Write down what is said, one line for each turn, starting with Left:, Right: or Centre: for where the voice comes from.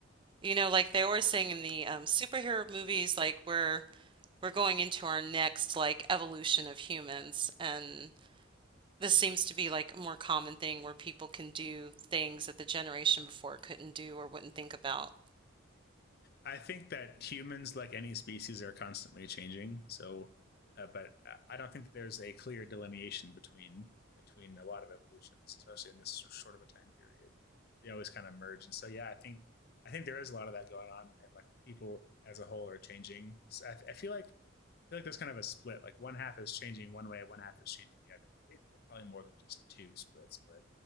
Right: You know, like they always saying in the um superhero movies, like we're we're going into our next like evolution of humans and this seems to be like a more common thing where people can do things that the generation before couldn't do or wouldn't think about.
Left: I think that humans, like any species, are constantly changing. So, uh, but uh, I don't think that there's a clear delineation between between a lot of evolutions, especially in this short of a time period. They always kind of merge, and so yeah, I think I think there is a lot of that going on, and like people as a whole are changing. So I, I feel like I feel like there's kind of a split. Like one half is changing one way, one half is changing the other way. It's probably more than just two splits, but